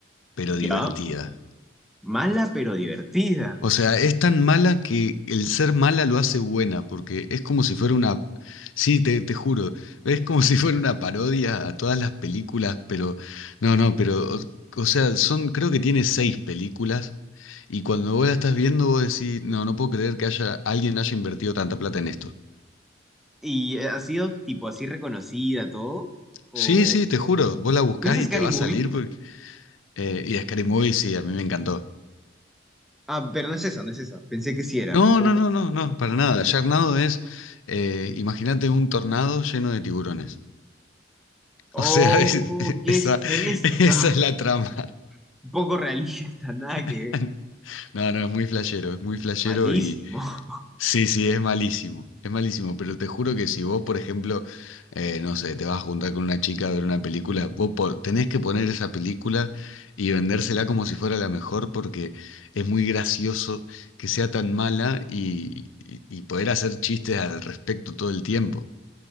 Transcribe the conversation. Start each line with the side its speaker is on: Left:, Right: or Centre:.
Left: pero divertida.
Centre: Ya, mala pero divertida.
Left: O sea, es tan mala que el ser mala lo hace buena, porque es como si fuera una... Sí, te, te juro, es como <laughs> si fuera una parodia a todas las películas, pero... No, no, pero... O, o sea, son, creo que tiene seis películas, y cuando vos la estás viendo, vos decís, no, no puedo creer que haya, alguien haya invertido tanta plata en esto.
Centre: ¿Y eh, ha sido tipo así reconocida todo? ¿O
Left: Sí, sí, te juro, vos la buscás
Centre: no es
Left: y
Centre: Scary
Left: te va
Centre: Movie?
Left: a salir, porque- eh, y Scary Movie, sí, a mí me encantó.
Centre: Ah, pero no es esa, no es esa. Pensé que sí era.
Left: No,
Centre: Porque...
Left: no, no, no, no, para nada. Sharknado es, eh, imagínate un tornado lleno de tiburones. <laughs>
Centre: Oh,
Left: O sea, es- <laughs>
Centre: ¿qué
Left: esa,
Centre: es eso?
Left: esa es la trama.
Centre: <laughs> Poco realista, nada que
Left: <laughs>
Centre: ver.
Left: No, no, es muy flashero, es muy flashero
Centre: Malísimo.
Left: y
Centre: <laughs>
Left: sí, sí, es malísimo, es malísimo, pero te juro que si vos, por ejemplo, eh, no sé, te vas a juntar con una chica a ver una película, vos po- tenés que poner esa película y vendérsela como si fuera la mejor porque es muy gracioso que sea tan mala y, y y poder hacer chistes al respecto todo el tiempo.